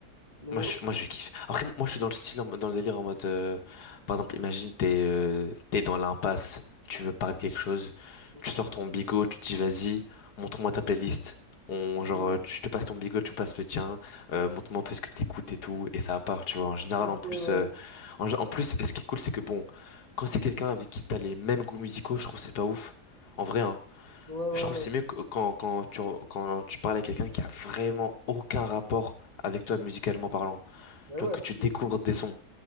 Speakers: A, on the right; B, on the left.
A: Mais.
B: Moi
A: oh,
B: je, moi je kiffe. Après moi je suis dans le style en mode- dans le délire en mode euh, par exemple imagine t'es euh, t'es dans l'impasse, tu veux parler de quelque chose,
A: euh,
B: tu sors ton bigot, tu te dis vas-y, montre-moi ta playlist. On genre
A: ouais.
B: euh, tu- te passes ton bigot, tu me passes le tien, euh, montre-moi un peu ce que t'écoutes et tout et ça part, tu vois. En général
A: Ok,
B: en plus
A: ouais, ouais,
B: euh, en, gé- en plus ce qui est cool c'est que bon, quand c'est quelqu'un avec qui t'as les mêmes goûts musicaux, je trouve que c'est pas ouf. En vrai hein.
A: ouais, ouais.
B: Je trouve que c'est
A: ouais.
B: mieux que- quand quand tu quand tu parles à quelqu'un qui a vraiment aucun rapport avec toi musicalement parlant.
A: Ben
B: Genre
A: ouais,
B: que
A: parce
B: tu
A: que...
B: découvres des sons.